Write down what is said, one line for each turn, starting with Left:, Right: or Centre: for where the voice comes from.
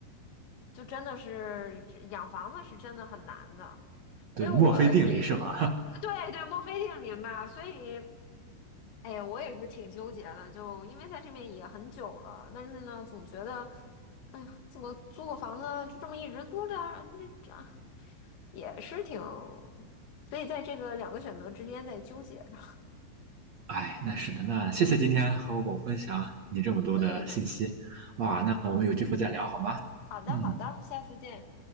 Left: 就真的是这养房子是真的很难的。
Right: 对，
Left: 所以我也
Right: 墨菲定理是吧？
Left: 对对，墨菲定律嘛，所以。哎呀，我也是挺纠结的，就因为在这边也很久了，但是呢，总觉得，哎呀，怎么租个房子就这么一直租着，这这啊也是挺，所以在这个两个选择之间在纠结着。
Right: 哎，那是的，那谢谢今天和我分享你这么多的信息，
Left: 嗯，
Right: 哇，那我们有机会再聊好吗？
Left: 好的，
Right: 嗯。
Left: 好的，下次见。